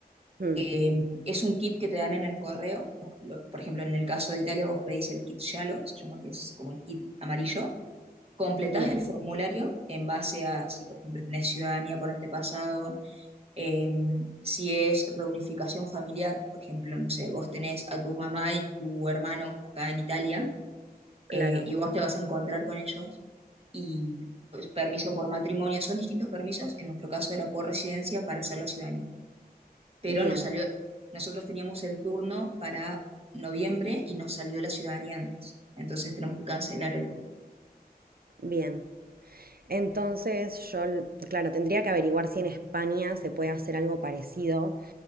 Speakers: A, on the right; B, on the right.
A: Mm,
B: Eh, es un kit que te dan en el correo. Vos lo- por ejemplo, en el caso de Italia, vos pedís el kit Shallow, se llama que es como el kit amarillo. Completás
A: bien,
B: el formulario en base a si, por ejemplo, tenés ciudadanía por antepasado, Eh, si es reunificación familiar, por ejemplo, no sé, vos tenés a tu mamá y tu hermano acá en Italia
A: claro,
B: eh, y vos te vas a encontrar con ellos y pues, permiso por matrimonio, son distintos permisos, en nuestro caso era por residencia para hacer la ciudadanía, pero
A: bien,
B: nos salió, nosotros teníamos el turno para noviembre y nos salió la ciudadanía antes, entonces tenemos que cancelar el turno.
A: bien. Entonces yo, claro, tendría que averiguar si en España se puede hacer algo parecido,